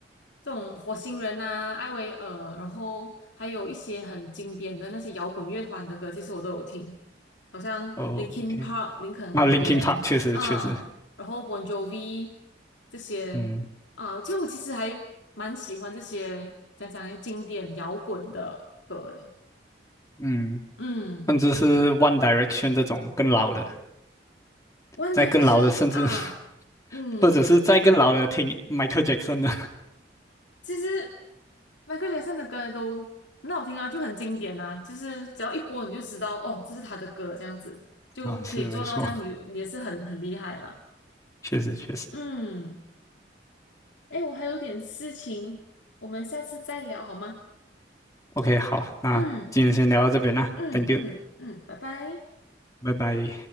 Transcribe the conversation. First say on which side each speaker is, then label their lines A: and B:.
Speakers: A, on the left; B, on the left.
A: 这种火星人啊、艾薇儿，然后还有一些很经典的那些摇滚乐团的歌，其实我都有听，好像
B: 哦，OK，
A: Linkin Park、林肯公园啊，
B: 那 l i n k i n Park 确实确实，
A: 然后 Bon Jovi 这些啊，
B: 嗯
A: 就我其实还蛮喜欢这些讲讲些经典摇滚的歌的。
B: 嗯，
A: 嗯
B: 甚至是 One Direction 这种更老的，
A: ，One
B: 在更老的，
A: Direction
B: 甚至
A: 啊，
B: <laughs>
A: 嗯。
B: 或者是再更老的，听 Michael Jackson 的
A: 其实 Michael Jackson 的歌都很好听啊，就很经典啊，就是只要一播你就知道哦，这是他的歌，这样子就可以做到这样，
B: <laughs> 啊，是没错，
A: 你你也是很很厉害了。
B: 确实确实。
A: 嗯，哎，我还有点事情，我们下次再聊好吗？
B: OK，好，那今天先聊到这边啦，Thank
A: 嗯嗯嗯嗯，
B: you，
A: 拜拜。
B: 拜拜。